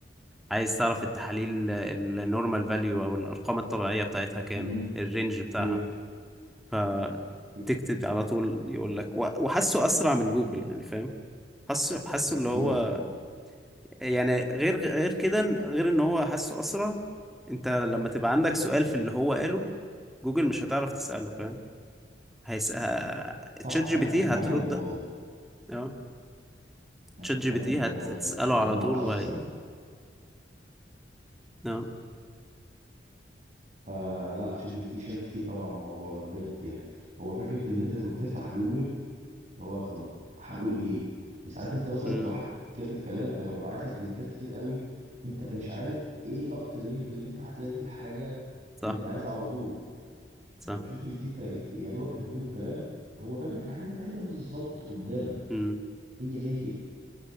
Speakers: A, in the centre; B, on the right (about 40°).
A: عايز تعرف التحاليل النورمال فاليو او الارقام الطبيعيه بتاعتها كام
B: امم
A: الرينج بتاعها
B: اوكي
A: فتكتب
B: اوكي
A: على طول يقول لك و- وحاسه اسرع من جوجل يعني فاهم حاسه حاسه
B: بكتير
A: اللي هو يعني غير غير كده غير ان هو حاسه اسرع انت لما تبقى عندك سؤال في اللي هو قاله جوجل مش هتعرف تساله فاهم هيس... ه-
B: صح
A: تشات
B: انا
A: جي بي
B: كنت
A: تي هترد
B: بعاني من الموضوع ده
A: تمام
B: انا
A: تشات
B: كنت
A: جي
B: بعاني
A: بي تي
B: من الموضوع
A: هت-
B: ده
A: هتساله
B: اللي
A: على
B: انا ما
A: طول
B: اعرفش
A: وهي
B: اسال
A: تمام
B: فلا شات جي بي تي شال كتير قوي عن الموضوع ده بجد يعني هو فكرة ان انت كنت تفتح جوجل اللي هو طب هقول ايه وساعات انت مثلا
A: امم
B: تروح كاتب كلام فيروح باعت لك لينكات كتير قوي انت مش عارف ايه اكتر لينك اللي انت هتلاقي فيه الحاجه
A: صح
B: اللي انت عايزها على طول
A: صح
B: لما شات جي بي تي انت يا دوبك كتبت له الكلام هو جاب لك الحاجه اللي انت عايزها بالظبط قدامك
A: امم
B: هي هي